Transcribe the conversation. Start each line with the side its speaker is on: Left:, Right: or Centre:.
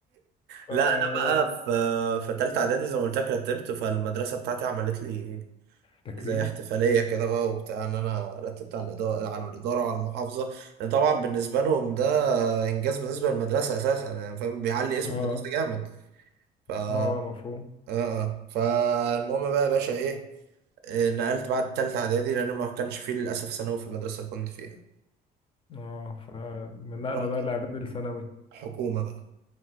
Left: ف...
Right: لا انا بقى في في ثالثه اعدادي زي ما قلت لك رتبت فالمدرسه بتاعتي عملت لي
Left: تكريم
Right: زي احتفالية كده بقى وبتاع ان انا رتبت على الإدارة على الإدارة وعلى المحافظة لأن طبعا بالنسبة لهم ده انجاز بالنسبة للمدرسة اساسا يعني فاهم بيعلي اسم
Left: اه
Right: المدرسة جامد ف اه
Left: اه مفهوم
Right: آه. فالمهم بقى يا باشا ايه آه، نقلت بعد تالتة اعدادي لان ما كانش فيه للاسف ثانوي في المدرسة اللي كنت فيها
Left: اه فمن نقلة
Right: فرحت
Left: بقى الاعدادي لثانوي
Right: حكومة بقى